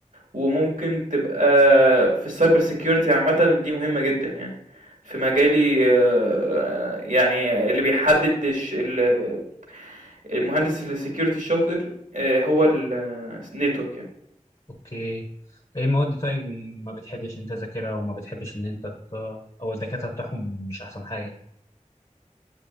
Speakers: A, on the right; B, on the left.
A: وممكن تبقى في السايبر سيكيورتي عامة دي مهمة جدا يعني في مجالي آه، يعني اللي بيحدد الش- ال- المهندس السكيورتي الشاطر آه، هو النتورك يعني
B: اوكي ايه مواد طيب ما بتحبش انت تذاكرها وما بتحبش ان انت ت... او الدكاتره بتاعهم مش احسن حاجه